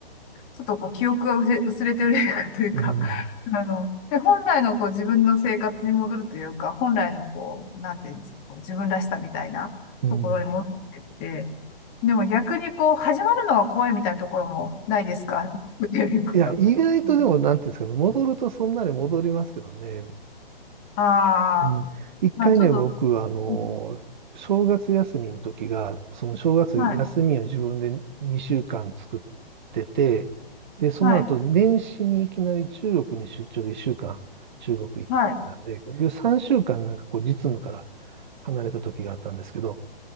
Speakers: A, on the left; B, on the right.
A: ちょっとこう記憶がうせ薄れてる <laughs> というか
B: うん。
A: <laughs> あの、で、本来のこう自分の生活に戻るというか、本来のこう、なんていうんですか、こう自分らしさみたいなところに戻ってって、
B: うん。
A: でも逆にこう、始まるのが怖いみたいなところもないですか <laughs> っていうか。
B: いや、意外とでも、
A: <laughs>
B: なんていうんですかね、戻るとそんなに戻りますけどね。
A: あ
B: うん。
A: あ、
B: 一回ね、
A: まあちょっと、
B: 僕、あの、
A: うん
B: 正月休みの時が、その正月休みを自分で2週間作っ
A: はい、
B: てて、で、その後、
A: はい、
B: 年始にいきなり中国に出張で1週間中国行ってたんで、
A: はい、
B: 結局3週間なんかこう実務から離れた時があったんですけど、